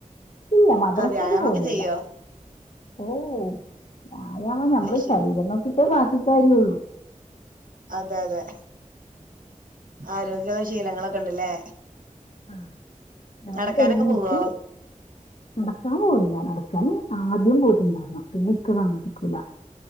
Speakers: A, on the left (about 50°); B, on the right (about 80°).
A: ഇല്ല മദ്രസെല്
B: ആഹ് വ്യായാമൊക്കെ
A: പോകുന്നില്ല.
B: ചെയ്യോ
A: ഓ വ്യായാമം ഞമ്മള്
B: അത് ശരി
A: ശരീരം നോക്കിട്ടേ ബാക്കി കാര്യള്ളൂ.
B: അതെ അതെ ആരോഗ്യള്ള ശീലങ്ങളൊക്കെ ഉണ്ടല്ലേ?
A: ആഹ് രാവിലെ
B: നടക്കാനൊക്കെ
A: എഴുന്നേറ്റ്
B: പോവോ?
A: നടക്കാൻ പോവില്ല നടക്കാൻ ആദ്യം പോയിട്ടിണ്ടാർന്നു പിന്നെ ഇക്ക സമ്മതിക്കൂല